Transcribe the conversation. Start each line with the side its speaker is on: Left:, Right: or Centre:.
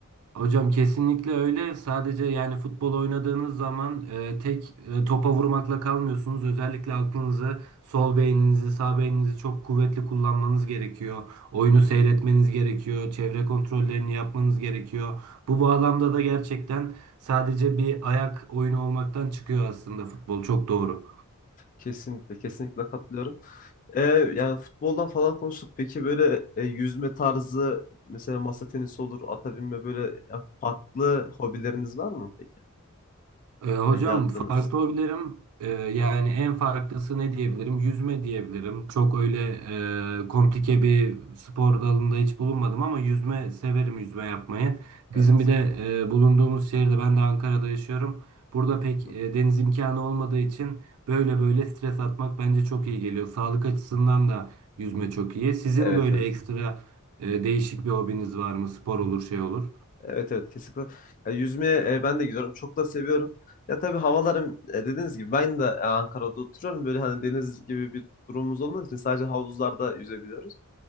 Right: Hocam kesinlikle öyle. Sadece yani futbol oynadığınız zaman e, tek e, topa vurmakla kalmıyorsunuz. Özellikle aklınızı, sol beyninizi, sağ beyninizi çok kuvvetli kullanmanız gerekiyor. Oyunu
Left: Hı hı.
Right: seyretmeniz gerekiyor. Çevre kontrollerini yapmanız gerekiyor. Bu bağlamda da gerçekten sadece bir ayak oyunu olmaktan çıkıyor aslında futbol. Çok doğru.
Left: Kesinlikle, kesinlikle katılıyorum. E, yani futboldan falan konuştuk. Peki böyle e, yüzme tarzı mesela masa tenisi olur, ata binme böyle ya, farklı hobileriniz var mı peki?
Right: Ee, hocam
Left: Yani yaptınız.
Right: farklı hobilerim e, yani en farklısı ne diyebilirim? Yüzme diyebilirim. Çok öyle e, komplike bir spor dalında hiç bulunmadım ama yüzme severim yüzme yapmayı.
Left: Evet.
Right: Bizim bir de e, bulunduğumuz şehirde ben de Ankara'da yaşıyorum. Burada pek
Left: Hı.
Right: e, deniz imkanı olmadığı için böyle böyle stres atmak bence çok iyi geliyor. Sağlık açısından da yüzme çok iyi. Sizin
Left: Evet
Right: böyle
Left: evet.
Right: ekstra e, değişik bir hobiniz var mı? Spor olur şey olur.
Left: Evet evet kesinlikle. Ya, yüzmeye e, ben de gidiyorum. Çok da seviyorum. Ya tabii havalarım e, dediğiniz gibi ben de e, Ankara'da oturuyorum. Böyle hani deniz gibi bir durumumuz olmadığı için sadece havuzlarda yüzebiliyoruz.